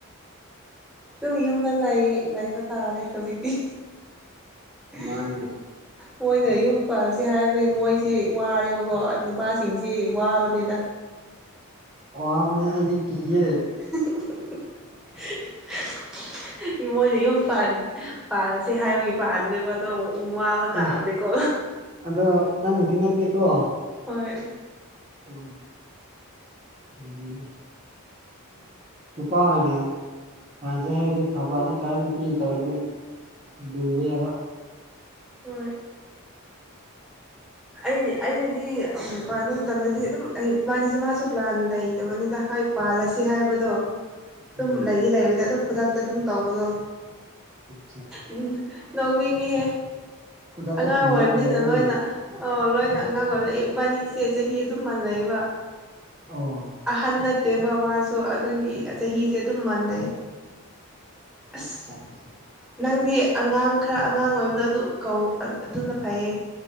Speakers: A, in the centre; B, on the right.
A: ꯑꯗꯨꯨꯝ ꯌꯨꯝꯗ ꯂꯩꯌꯦ ꯂꯩꯕ ꯇꯥꯔꯦ ꯍꯧꯖꯤꯛꯇꯤ ꯑ
B: ꯃꯥꯅꯤꯅꯦ
A: ꯃꯣꯏꯅ ꯌꯨꯝ ꯄꯜꯂꯁꯦ ꯍꯥꯏꯕꯗꯒꯤ ꯃꯣꯏꯁꯤ ꯋꯥꯔꯦꯕꯀꯣ ꯅꯨꯄꯥꯁꯤꯡꯁꯤ ꯋꯥꯕꯅꯤꯗ
B: ꯋꯥꯕꯅꯦ ꯑꯩꯗꯤ ꯀꯤꯌꯦ
A: <unintelligible> ꯏꯃꯣꯏꯅ ꯌꯨꯝ ꯄꯥꯜꯂꯁꯦ ꯍꯥꯏꯕꯒꯤ ꯄꯥꯕꯅꯦꯕ ꯑꯗꯣ ꯑꯃꯨꯛ ꯋꯥꯕꯥ
B: ꯑꯦ
A: ꯇꯥꯕꯅꯦꯀꯣ
B: ꯑꯗꯣ ꯅꯪꯗꯤ ꯅꯠꯇꯦꯀꯣ
A: ꯍꯣꯏ
B: ꯑꯣ ꯀꯩ ꯍꯥꯏꯅꯦ ꯅꯨꯄꯥ ꯑꯣꯏꯅ ꯄꯥꯟꯁꯦ ꯍꯥꯏꯔꯗꯤ ꯐꯕ ꯅꯠꯇ꯭ꯔꯒ ꯅꯨꯄꯤꯅ ꯇꯧꯔꯗꯤ ꯂꯨꯕꯦ ꯍꯥꯏꯕ
A: ꯍꯣꯏ ꯑꯩ ꯑꯩꯅꯗꯤ ꯎꯝ ꯄ꯭ꯂꯥꯅꯤꯡ ꯃꯇꯝꯗꯗꯤ ꯑꯗꯨꯝ ꯑꯩ ꯏꯕꯥꯅꯤꯁꯦ ꯃꯥꯁꯨ ꯄ꯭ꯂꯥꯟ ꯂꯩꯇꯕꯅꯤꯅ ꯍꯥꯏ ꯄꯥꯜꯂꯁꯤ ꯍꯥꯏꯕꯗꯣ ꯑꯗꯨꯝ
B: ꯎꯝ
A: ꯂꯩꯗꯤ ꯂꯩꯕꯗ ꯑꯗꯨꯝ ꯈꯨꯗꯛꯇ ꯑꯗꯨꯝ ꯇꯧꯕꯗꯣ
B: ꯑꯆꯥ
A: ꯎꯝ ꯅꯣꯛꯅꯤꯡꯉꯤꯍꯦ
B: ꯈꯨꯗꯛꯇ
A: ꯑꯉꯥꯡ
B: ꯀꯤꯅꯦꯞ
A: ꯑꯣꯏꯝꯅꯤꯅ
B: ꯇꯧꯕ꯭ꯔꯅꯦ
A: ꯂꯣꯏꯅ ꯑꯣ ꯂꯣꯏꯅ ꯑꯉꯥꯡ ꯑꯣꯏꯔꯤꯅ ꯑꯌꯨꯛꯕꯥꯅꯤꯁꯦ ꯆꯍꯤ ꯑꯗꯨꯝ ꯃꯜꯅꯩꯕ
B: ꯑꯣ
A: ꯑꯍꯟ ꯅꯠꯇꯦꯕ ꯃꯥꯁꯨ ꯑꯗꯨꯒꯤ ꯆꯍꯤꯁꯦ ꯑꯗꯨꯝ ꯃꯥꯟꯅꯩ ꯑꯁ
B: ꯑ <unintelligible>
A: ꯅꯪꯗꯤ ꯑꯉꯥꯡ ꯈꯔ ꯑꯉꯥꯡ ꯑꯣꯏꯕꯗꯣ ꯑꯗꯨ ꯀꯧ ꯑꯗꯨꯅ ꯐꯩꯌꯦ